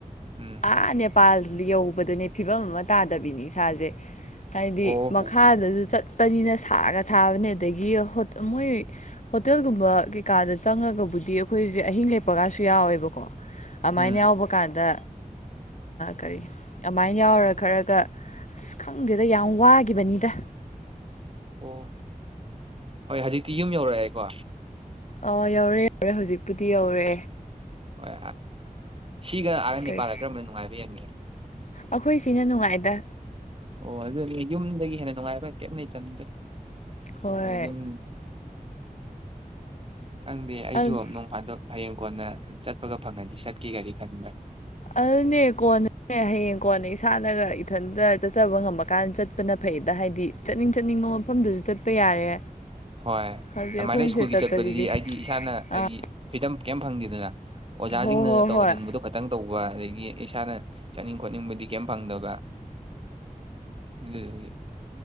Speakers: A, on the right; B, on the left.
A: ꯎꯝ
B: ꯑꯥ <unintelligible> <unintelligible> ꯌꯧꯕꯗꯨꯅꯦ ꯐꯤꯕꯝ ꯑꯃ ꯇꯥꯗꯕꯤꯅꯤ ꯏꯁꯥꯁꯦ ꯍꯥꯏꯗꯤ
A: ꯑꯣ
B: ꯃꯈꯥꯗꯁꯨ ꯆꯠ ꯄꯅꯤꯅ ꯁꯥꯒ ꯁꯥꯕꯅꯦ ꯑꯗꯒꯤ ꯃꯣꯏ ꯍꯣꯇꯦꯜꯒꯨꯝꯕ ꯀꯩꯀꯥꯗ ꯆꯪꯉꯒꯕꯨꯗꯤ ꯑꯩꯈꯣꯏꯁꯦ ꯑꯍꯤꯡ ꯂꯦꯛꯞꯄꯒꯁꯨ ꯌꯥꯎꯋꯦꯕꯀꯣ ꯑꯃꯥꯏꯅ
A: ꯎꯝ
B: ꯌꯥꯎꯕ ꯀꯥꯟꯗ ꯀꯔꯤ ꯑꯃꯥꯏꯅ ꯌꯥꯎꯔ ꯈꯔꯒ ꯑꯁ ꯈꯪꯗꯦꯗ ꯌꯥꯝ ꯋꯥꯒꯤꯕꯅꯤꯗ
A: ꯑꯣ ꯍꯣꯏ ꯍꯧꯖꯤꯛꯇꯤ ꯌꯨꯝ ꯌꯧꯔꯛꯑꯦꯀꯣ
B: ꯑꯥ ꯌꯧꯔꯦ ꯌꯧꯔꯦ ꯍꯧꯖꯤꯛꯄꯨꯗꯤ ꯌꯧꯔꯦ
A: ꯍꯣꯏ ꯁꯤꯒ ꯑꯥꯒ ꯅꯦꯄꯥꯜꯗ
B: ꯀꯔꯤ
A: ꯀꯔꯝꯕꯅ ꯅꯨꯡꯉꯥꯏꯕ ꯍꯦꯟꯒꯦ <unintelligible>
B: ꯑꯩꯈꯣꯏ ꯁꯤꯅ ꯅꯨꯡꯉꯥꯏꯗ
A: ꯑꯣ ꯑꯗꯨꯗꯤ ꯌꯨꯝꯗꯒꯤ ꯍꯦꯟꯅ ꯅꯨꯡꯉꯥꯏꯕ ꯀꯩꯝ ꯂꯩꯇꯕꯅꯤꯗ
B: ꯍꯣꯏ
A: ꯃꯣꯏ ꯌꯨꯝ ꯈꯪꯗꯦ ꯑꯩꯁꯨ
B: ꯑꯗꯨ
A: ꯅꯣꯡ ꯐꯥꯗꯣꯛ ꯍꯌꯦꯡ ꯀꯣꯟꯅ ꯆꯠꯄꯒ ꯐꯪꯉꯗꯤ ꯆꯠꯀꯦꯒꯗꯤ ꯈꯟꯕꯅꯤ
B: ꯑꯗꯨꯅꯦ ꯀꯣꯟꯅꯅꯦ ꯍꯌꯦꯡ ꯀꯣꯟꯅ ꯏꯁꯥꯅꯒ ꯏꯊꯟꯇ ꯆꯠꯆꯕ ꯉꯝꯕ ꯀꯥꯟꯗ ꯆꯠꯄꯅ ꯐꯩꯌꯦꯗ ꯍꯥꯏꯗꯤ ꯆꯠꯅꯤꯡ ꯆꯠꯅꯤꯡꯕ ꯃꯐꯝꯗꯨꯁꯨ ꯆꯠꯄ ꯌꯥꯔꯦ
A: ꯍꯣꯏ
B: ꯍꯧꯖꯤꯛ
A: ꯑꯗꯨꯃꯥꯏꯅ
B: ꯑꯩꯈꯣꯏꯅ
A: ꯁ꯭ꯀꯨꯜꯒꯤ
B: ꯁꯤꯗ ꯆꯠꯄꯁꯤꯗꯤ
A: ꯆꯠꯄꯗꯨꯗꯤ ꯍꯥꯏꯗꯤ ꯏꯁꯥꯅ ꯍꯥꯏꯗꯤ
B: ꯑꯥ
A: ꯐ꯭ꯔꯤꯗꯝ ꯀꯩꯝ ꯐꯪꯗꯦꯗꯅ ꯑꯣꯖꯥꯁꯤꯡꯅ
B: ꯍꯣꯏ ꯍꯣꯏ
A: ꯇꯧꯍꯟꯅꯤꯡꯕꯗꯣ
B: ꯍꯣꯏ
A: ꯈꯇꯪ ꯇꯧꯕ ꯑꯗꯒꯤ ꯏꯁꯥꯅ ꯆꯠꯅꯤꯡ ꯈꯣꯠꯅꯤꯡꯕꯗꯤ ꯀꯩꯝ ꯐꯪꯗꯕ ꯑꯗꯨꯗꯨꯒꯤ